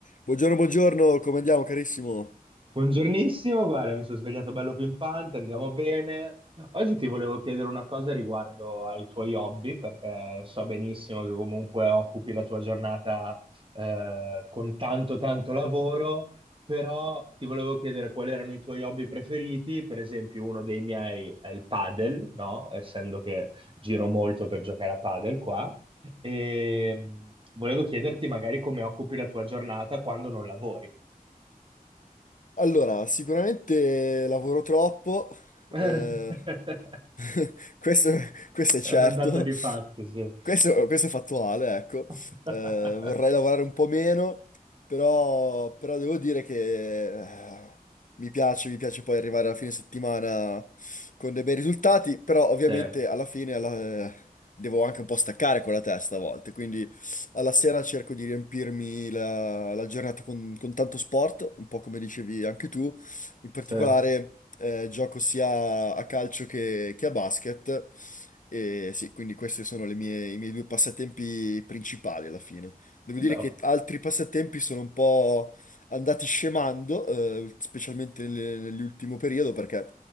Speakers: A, on the left; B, on the right.
A: Buongiorno, buongiorno, come andiamo carissimo?
B: Buongiornissimo, guarda, mi sono svegliato bello pimpante, andiamo bene. Oggi ti volevo chiedere una cosa riguardo ai tuoi hobby, perché so benissimo che comunque occupi la tua giornata eh, con tanto tanto lavoro, però ti volevo chiedere quali erano i tuoi hobby preferiti. Per esempio, uno dei miei è il padel, no? Essendo che giro molto per giocare a padel qua. E mh, volevo chiederti magari come occupi la tua giornata quando non lavori.
A: Allora, sicuramente lavoro troppo,
B: <laughs> È
A: eh, <laughs> Questo, questo è certo,
B: un dato di fatto, sì.
A: questo, questo è fattuale, ecco.
B: <laughs>
A: Eh, vorrei lavorare un po' meno, però, però devo dire che eh, mi piace, mi piace poi arrivare alla fine settimana con dei bei risultati, però ovviamente
B: Cioè,
A: alla fine alla- eh, devo anche un po' staccare con la testa a volte, quindi alla sera cerco di riempirmi la, la giornata con, con tanto sport, un po' come dicevi anche tu, in particolare
B: sì,
A: eh, gioco sia a calcio che, che a basket. E sì, quindi questi sono le mie- i miei due passatempi principali alla fine. Devo
B: no.
A: dire che altri passatempi sono un po' andati scemando, eh, specialmente nel- nell'ultimo periodo, perché